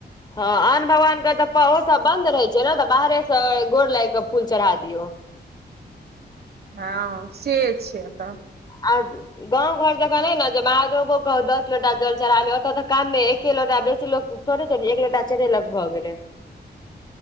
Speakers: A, on the left; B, on the right.
A: हँ आन भगवान के तऽ ओ सब बंन्द रहे छै ने तऽ बाहरे से गोर लागि क फूल चढ़ा दियौ
B: हँ से छै तऽ
A: आ <inaudible> गाँंव घर जेकाँ नय न जे महादेवो के दस लोटा जल चढ़ा ले ओतऽ तऽ कामे एके लोटा बेसि लोक थोड़े थोड़े एक लोटा चारेेलग भऽ गेलै